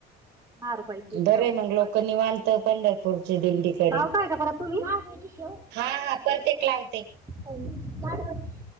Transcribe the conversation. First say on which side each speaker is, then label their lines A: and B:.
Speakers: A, on the right (about 15°); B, on the right (about 85°).
A: नारो <unintelligible> पैकी
B: बरं
A: शेव
B: मग लोक निवांत पंढरपूरची दिंडी करीन
A: लावताय का परत तुम्ही पाव भाजी शेव.
B: हा हा परत्येक लावते.
A: म <unintelligible>